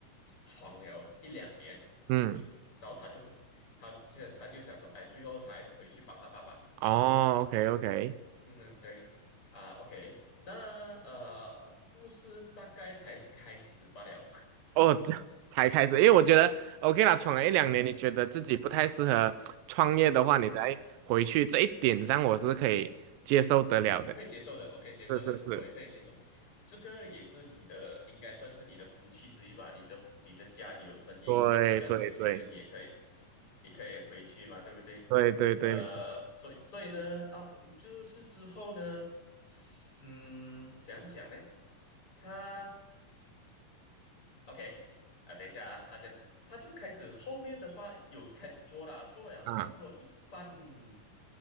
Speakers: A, on the left; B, on the right.
A: 闯了一两年，
B: 嗯，
A: 就然后他就回，他就他就想说，哎，最后他还是回去帮他爸爸，
B: 哦，OK OK。
A: 嗯，对，啊，OK，那呃，故事大概才开始罢了，
B: 哦，这才开始，因为我觉得 OK 啦，闯了一两年，你觉得自己不太适合创业的话，
A: <laughs> 嗯
B: 你再回去这一点上，我是可以接受得了的。
A: 我可以接受的，我可以接受的，
B: 是是是，
A: 我也可以接受。这个也是你的，应该算是你的福气之一吧。你的你的家里有生意，
B: 对对对
A: 这样子其实你也可以，你可以回去嘛，对不对？
B: 对对对，
A: 呃，
B: 没错
A: 所以所以呢，啊，就是之后呢，嗯，讲讲嘞，他 OK，啊，等一下啊，他这样，他就开始后面的话有开始做了，做了差不多一半，
B: 啊，